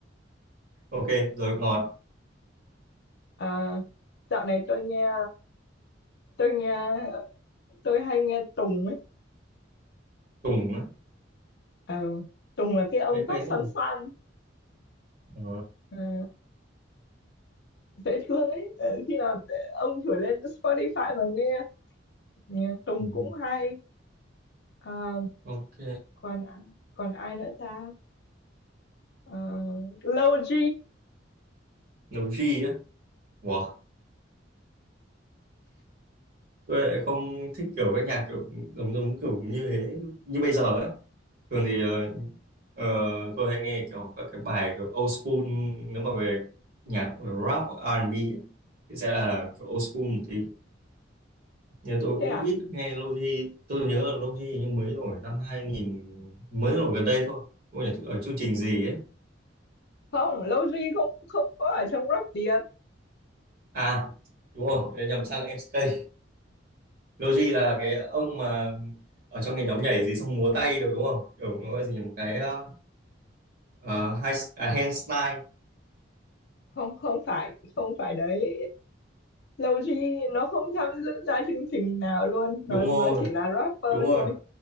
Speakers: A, on the right; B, on the left.
A: ok rồi ngọt
B: Ờ, dạo này tôi nghe tôi nghe tôi hay nghe Tùng ấy
A: Tùng á
B: Ờ, Tùng là cái ông
A: nghe
B: tóc
A: quen đấy
B: xoăn
A: nhỉ
B: xoăn
A: Ờ,
B: ờ, dễ thương ấy Ờ, khi nào để- ông thử lên Spotify và nghe Nhạc Tùng
A: Tùng.
B: cũng hay Ờ,
A: ok
B: còn còn ai nữa ta Ờ, Low G
A: Nấu G á wow tôi lại không thích kiểu các nhạc kiểu giống giống kiểu như thế như bây giờ ấy thường thì ờ, ờ, tôi hay nghe kiểu các cái bài kiểu old school nếu mà về nhạc rap R&B ấy, thì sẽ là kiểu old school một tí nhưng tôi cũng
B: thế à
A: ít nghe Lofi tôi nhớ là Lofi nhưng mới nổi năm hai nghìn mới nổi gần đây thôi không phải ở chương trình gì ấy
B: không Low G không không có ở trong rap Việt
A: à đúng rồi nhầm sang MCK Lofi là cái ông mà ở trong cái nhóm nhảy gì xong múa tay được đúng không kiểu nó gọi gì nhỉ? một cái ờ, Ờ, hai à, Handslide
B: không không phải không phải đấy Low G nó không tham gia chương trình nào luôn nó
A: đúng
B: nó
A: rồi
B: chỉ là rapper
A: đúng rồi
B: thôi